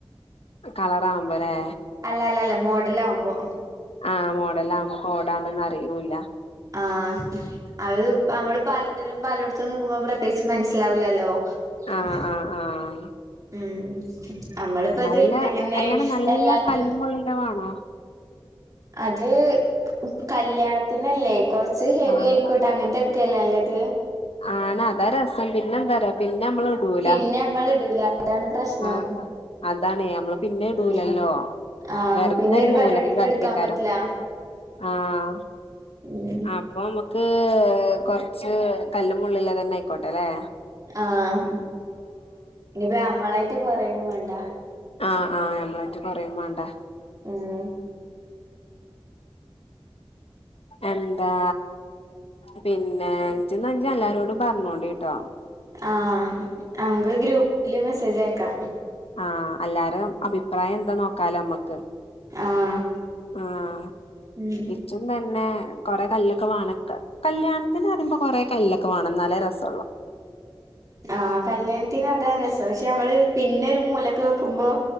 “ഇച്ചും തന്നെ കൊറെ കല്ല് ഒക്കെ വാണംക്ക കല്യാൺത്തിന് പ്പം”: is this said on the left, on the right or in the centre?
Left